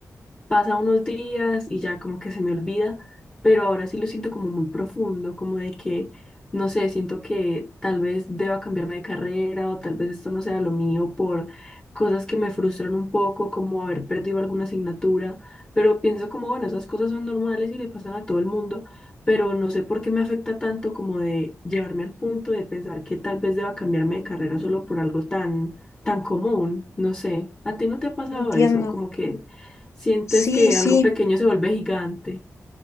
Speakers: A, on the left (about 15°); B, on the left (about 60°).
A: pasa unos días y ya como que se me olvida, pero ahora sí lo siento como muy profundo, como de que, no sé, siento que tal vez deba cambiarme de carrera o tal vez esto no sea lo mío por cosas que me frustran un poco, como haber perdido alguna asignatura, pero pienso como, bueno, esas cosas son normales y le pasan a todo el mundo, pero no sé por qué me afecta tanto como de llevarme al punto de pensar que tal vez deba cambiarme de carrera solo por algo tan, tan común, no sé, ¿a ti no te ha pasado
B: Entiendo.
A: eso? Como que... Sientes
B: Sí,
A: que
B: sí,
A: algo pequeño se vuelve gigante.